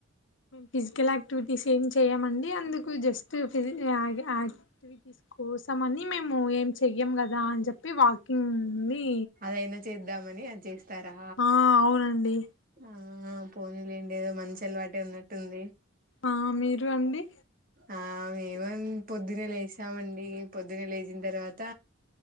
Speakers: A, on the left; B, on the right.
A: ఫిజికల్ ఆక్టివిటీస్ ఏం చేయమండి. అందుకు జస్ట్ ఫిజిక్ ఆగి ఆగి కోసం అని మేము ఏం చెయ్యం కదా అని చెప్పి వాకింగ్ని
B: అదైనా చేద్దామని అది చేస్తారా
A: ఆ అవునండి
B: ఆ పోనీలెండి మంచి అలవాటే ఉన్నట్టుంది.
A: ఆ మీరు అండి
B: ఆ మేమ పొద్దున్నే లేసామండి పొద్దున్నే లేచిన తర్వాత